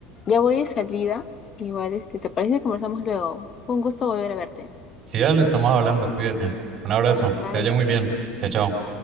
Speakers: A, on the left (about 30°); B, on the right (about 40°).
A: ya voy de salida. Igual, este, ¿te parece que conversamos luego? Fue un gusto volver a verte.
B: Si ya le estamos hablando, cuídate. Un abrazo,
A: Bye.
B: que te vaya muy bien. Chao, chao.